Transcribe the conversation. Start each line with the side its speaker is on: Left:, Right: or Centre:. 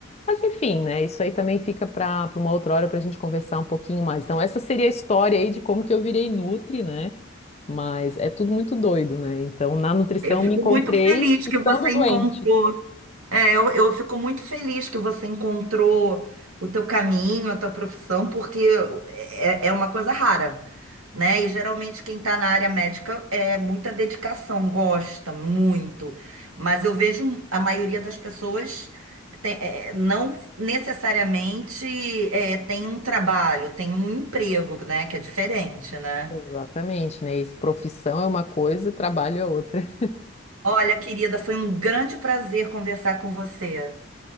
Left: Mas enfim, né? Isso aí também fica para para uma outra hora para a gente conversar um pouquinho mais. Então, essa seria a história aí de como que eu virei nutri, né? Mas é tudo muito doido, né? Então, na nutrição
Right: Eu fico
Left: eu me encontrei
Right: muito feliz
Left: estando
Right: que você
Left: doente.
Right: encontrou. É, eu, eu fico muito feliz que você encontrou o teu caminho, a tua profissão, porque é, é uma coisa rara. né? E geralmente quem está na área médica é muita dedicação, gosta muito. Mas eu vejo a maioria das pessoas tem- é, não necessariamente é, tem um trabalho, tem um emprego, né? Que é diferente, né?
Left: Exatamente, né? Isso, profissão é uma coisa e trabalho é outra.
Right: Olha, querida, foi um grande prazer conversar com você.